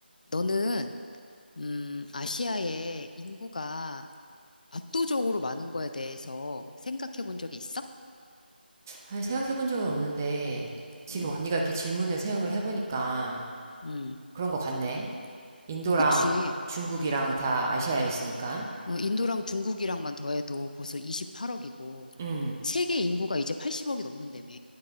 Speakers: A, on the left; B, on the right.
A: 너는, 음, 아시아의 인구가 압도적으로 많은 거에 대해서 생각해 본 적이 있어?
B: 아니, 생각해 본 적은 없는데, 지금
A: 음,
B: 언니가 이렇게 질문을 생각을 해보니까
A: 음,
B: 그런 것 같네. 인도랑
A: 그치.
B: 중국이랑
A: 음,
B: 다 아시아에 있으니까.
A: 어, 인도랑 중국이랑만 더해도 벌써 28억이고,
B: 음,
A: 세계 인구가 이제 80억이 넘는다며.